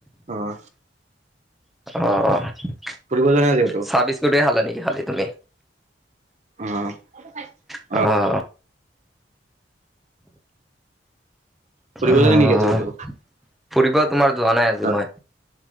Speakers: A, on the right; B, in the centre.
A: অ'।
B: অ', অ'।
A: ফুৰিব যোৱা নাই আজি ক'তো?
B: চাহ বিস্কুটে খালা নেকি খালি তুমি?
A: উম।
B: অ'।
A: ফুৰিব
B: অ'।
A: যোৱা নাই নেকি আজি কতো?
B: ফুৰিব তোমাৰ যোৱা নাই আজি
A: অ
B: মই,